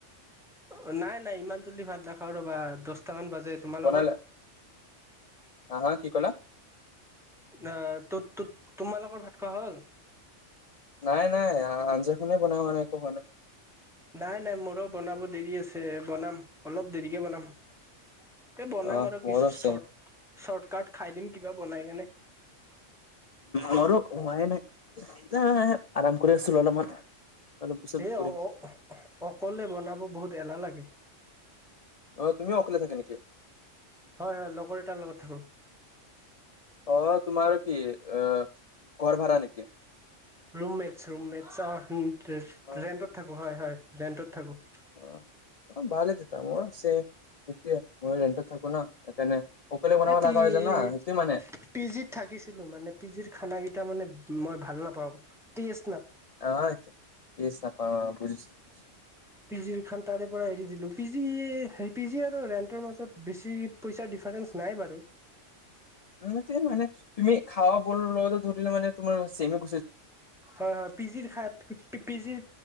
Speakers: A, in the centre; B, on the left.
A: অ', নাই-নাই। ইমান জল্দি ভাল নাখাওঁ ৰ'বা দছটামান বাজি জে, তোমালোকৰ।
B: বনালা হা হা কি কলা।
A: অ', তুত-তুত-তোমালালোকৰ ভাত খোৱা হ'ল।
B: নাই-নাই। আঞ্জাখনেই বনা হোৱা নাই, একো হোৱা নাই।
A: নাই-নাই। মোৰো বনাব দেৰি আছে। বনাম, অলপ দেৰিকে বনাম। এ বনাম
B: অ
A: আৰু
B: মোৰো
A: কিছু চৰ্ট-চৰ্টকাট
B: চেম
A: খাই দিম, কিবা বনাই কেনে।
B: মোৰো হোৱাই নাই এতিয়া আৰাম কৰি আছিলো, অলপমান। অলপ পিছত
A: এ অ,
B: কৰিম
A: অ, অহ্ অহ্ অকলে বনাব বহুত এলাহ লাগে।
B: অ তুমিও অকলে থাকা নেকি
A: হয়, হয়। লগৰ এটাৰ লগত থাকো।
B: অ', তোমাৰ কি অ, ঘৰ ভাড়া নেকি।
A: ৰুমমেটছ-ৰুমমেটছ অ', হ ৰে-ৰেন্তত
B: অ
A: থাকো। হয়, হয়। ৰেন্তত থাকো।
B: অ, অ', ভালে তেতিয়া মইও চেম, সিটোৱে ম‌ইও ৰেন্তত থাকো ন সেইকাৰণে অকলে বনাব
A: এ পি-পি
B: লগা হৈ যায় না সেইটো মানে
A: জিত থাকিছিলো মানে পি জিৰ খানা কিটা মানে মই ভাল নাপাও। তেস
B: অ', আচ্ছা। ৰেষ্ট নাপাও অ, বুজিছোঁ। নিশ্চয়
A: পি জিৰ খান তাৰে পৰা এৰি দিলো। পি জি স, পি জি আৰু ৰেন্টৰ মাজত বেছি পইচাৰ ডিফাৰেন্ঞ্চ নাই বাৰু।
B: উম সেইটোৱে মানে তুমি, খাৱা বৰৰ লগতে ধৰিলে মানে তোমাৰ চেমে হ
A: হয়, হয়। পি জিৰ খাই, পি-পি জিৰ